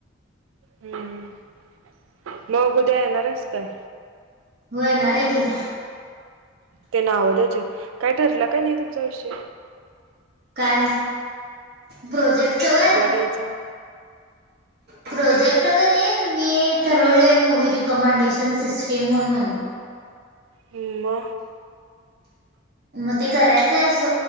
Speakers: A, on the right; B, on the right.
A: हम्म हम्म. मग उद्या येणार हायस काय?
B: होय येणाराय की
A: ते नाव द्याचेत काय ठरलं काय नाई तुमचा विषय
B: काय प्रोजेक्टच वय
A: त्याच
B: प्रोजेक्ट कनी मी ठरलोय मूवी रिकमेंडेशन सिस्टीम म्हणून
A: हम म
B: म ते करायचंय स